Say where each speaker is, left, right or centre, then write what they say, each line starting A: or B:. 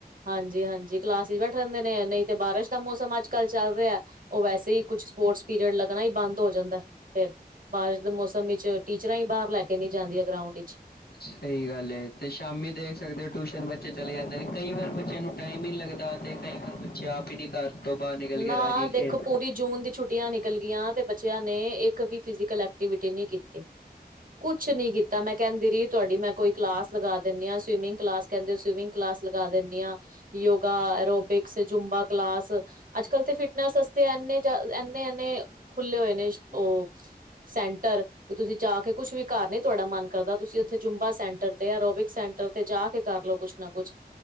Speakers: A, on the right; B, on the left.
A: ਹਾਂਜੀ, ਹਾਂਜੀ ਕਲਾਸ ਚ ਬੈਠ ਰਹਿੰਦੇ ਨੇ, ਨਹੀਂ ਤੇ ਬਾਰਿਸ਼ ਦਾ ਮੌਸਮ ਅੱਜ ਕੱਲ੍ਹ ਚੱਲ ਰਿਹਾ। ਉਹ ਵੈਸੇ ਹੀ ਕੁੱਝ ਸਪੋਰਟਸ ਪੀਰੀਅਡ ਲੱਗਣਾ ਹੀ ਬੰਦ ਹੋ ਜਾਂਦਾ। ਫਿਰ ਬਾਰਿਸ਼ ਦੇ ਮੌਸਮ ਵਿੱਚ ਟੀਚਰਾਂ ਹੀ ਬਾਹਰ ਲੈ ਕੇ ਨੀ ਜਾਂਦੀਆਂ ਗਰਾਊਂਡ ਵਿੱਚ।
B: ਸਹੀ ਗੱਲ ਹੈ। ਤੇ ਸ਼ਾਮੀ ਦੇਖ ਸਕਦੇ ਹੋ। ਟਿਊਸ਼ਨ ਬੱਚੇ ਚਲੇ ਜਾਂਦੇ ਨੇ, ਕਈ ਵਾਰ ਬੱਚਿਆਂ ਨੂੰ ਟਾਈਮ ਹੀ ਨੀ ਲੱਗਦਾ ਤੇ ਕਈ ਵਾਰ ਬੱਚੇ ਆਪ ਹੀ ਨੀ ਘਰ ਤੋਂ ਬਾਹਰ ਨਿਕਲ ਕੇ
A: ਨਾ
B: ਰਾਜੀ ਖੇਲ
A: ਦੇਖੋ ਪੂਰੀ ਜੂਨ ਦੀ ਛੁੱਟੀਆਂ ਨੇ ਨਿਕਲ ਗਿਆਂ ਤੇ ਬੱਚਿਆਂ ਨੇ ਇੱਕ ਵੀ ਫਿਜ਼ਕਲ ਐਕਟੀਵਿਟੀ ਨਹੀਂ ਕੀਤੀ। ਕੁਛ ਨੀ ਕੀਤਾ ਮੈਂ ਕਹਿੰਦੀ ਰਹੀ ਤੁਹਾਡੀ ਮੈਂ ਕੋਈ ਕਲਾਸ ਲਗਾ ਦਿੰਦੀ ਹਾਂ ਸਵੀਮਿੰਗ ਕਲਾਸ ਕਹਿੰਦੇ ਸਵਿਮਿੰਗ ਕਲਾਸ ਲਗਾ ਦਿੰਦੀ ਆ ਯੋਗਾ ਅਰੋਬਿਕਸ ਜੂਬਾ ਕਲਾਸ ਅੱਜ ਕਲ ਤੇ ਫਿਟਨੈਸ ਵਸਤੇ ਇਨੇ ਇਨੇ ਐਨੇ ਖੁੱਲੇ ਹੋਏ ਨੇ ਉਹ ਸੈਂਟਰ ਤੁਸੀਂ ਜਾ ਕੇ, ਕੁਛ ਵੀ ਘਰ ਨ ਤੁਹਾਡਾ ਮਨ ਕਰਦਾ। ਤੁਸੀਂ ਉੱਥੇ ਜੁੰਬਾ ਸੈਂਟਰ ਤੇ, ਆ ਰੋਬਿਕ ਸ ਉਥੇ ਤੇ ਜਾ ਕੇ ਕਰਲੋ ਕੁਛ ਨਾ ਕੁੱਛ,